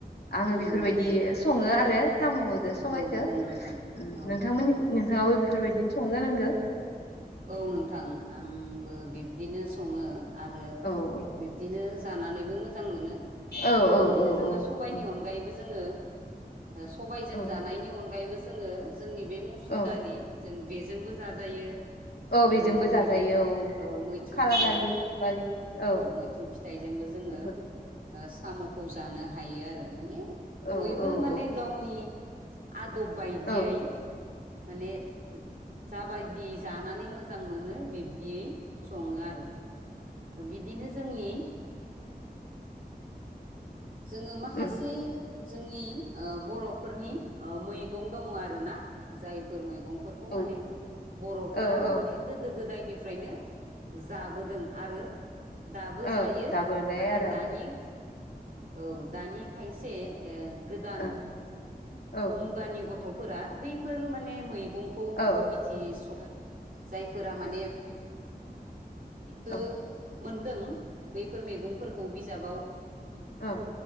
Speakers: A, on the left (about 75°); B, on the right (about 60°).
A: आङो
B: नंगौ
A: बेफोरबायदि
B: नोंथां
A: सङो आरो साम'दो सबायखो।
B: औ औ नोंथां औ
A: नोंथांमोननि नोंथाङाबो बेफोरबायदिनो संजानांगौ।
B: औ नोंथां आंबो बिब्दिनो संङो आरो
A: औ औ
B: बिब्दिनो जानानैबो मोजां मोनो
A: औ
B: ओ
A: औ
B: बिदिनो
A: औ
B: जोंङो सबायनि
A: औ
B: अनगायैबो जोंङो ओ सबायजों
A: औ
B: जानायनि अनगायैबो जोंङो जोंनि बे मुसुर
A: औ
B: दालि जों बेजोंबो जाजायो।
A: ओ
B: आरो
A: बेजोंबो
B: जोंनि
A: जाजायो
B: बे
A: औ औ
B: मैथ्रु
A: काला
B: फिथाइ
A: दालि दालि औ।
B: मैथ्रु फिथाइजोंबो जोङो
A: बेबादि
B: ओ साम'खौ जानो हायो आरो माने
A: औ
B: बयबो
A: औ
B: माने
A: औ
B: गावनि आदब बायदियै
A: औ
B: माने जाबायदि जानानै मोजां मोनो बिब्दियै संङो आरो। ओ बिदिनो जोंनि जोंङो माखासे
A: उम
B: जोंनि ओ बर' फोरनि ओ मैगं दंङ आरोना जायफोर मैगं फोरखौ
A: औ
B: माने बर'फोरा
A: औ औ
B: माने गोदो गोदायनिफ्रायनो जाबोदों। आरो दाबो
A: औ
B: जायो
A: जाबोनाय
B: नाथाय
A: आरो
B: दानि औ दानि खायसे ओ गोदान
A: औ औ
B: मुगानि गथ' फोरा बैफोर माने मैइगंखौ
A: औ
B: मिथिस आरो जायफोरा माने बिखो
A: औ
B: मोनदों बैफोर मेगंफोरखौ बिजाबाव
A: ओ।